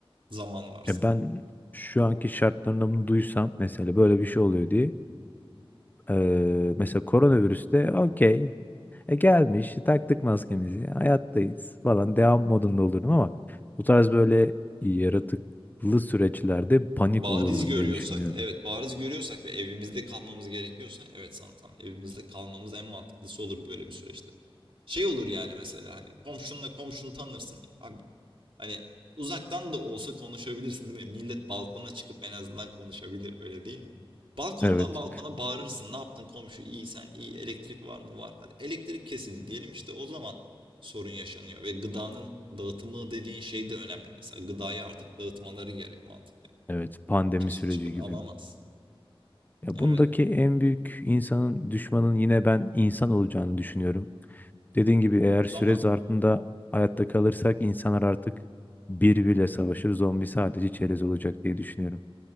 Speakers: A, on the right; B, on the left.
A: Zaman varsa.
B: E ben şu anki şartlarında bunu duysam mesela böyle bir şey oluyor diye Ee, mesela koronavirüste okey. E, gelmiş, taktık maskemizi, hayattayız falan devam modunda olurdum ama bu tarz böyle yaratıklı süreçlerde panik
A: Bariz
B: olurdum
A: görüyorsak,
B: diye düşünüyordum.
A: evet bariz görüyorsak ve evimizde kalmamız gerekiyorsa evet sanırsam evimizde kalmamız en mantıklısı olur böyle bir süreçte. Şey olur yani mesela hani komşunla komşunu tanırsın ya abi hani uzaktan da olsa konuşabilirsin değil mi? Millet balkona çıkıp en azından konuşabilir öyle değil mi? Balkondan
B: Evet,
A: balkona bağırırsın. Ne yaptın komşu iyi sen iyi elektrik var mı var. Hadi elektrik kesildi diyelim işte o zaman sorun yaşanıyor ve gıdanın dağıtımı dediğin şey de önemli mesela gıdayı artık dağıtmaları gerek mantık
B: evet pandemi
A: Kimse
B: süreci
A: çıkıp
B: gibi.
A: alamaz.
B: Ya
A: Evet.
B: bundaki en büyük insanın düşmanın yine ben insan olacağını düşünüyorum. Dediğin gibi eğer
A: Zaman
B: süre zarfında hayatta kalırsak insanlar artık birbiriyle savaşır, zombi sadece çerez olacak diye düşünüyorum.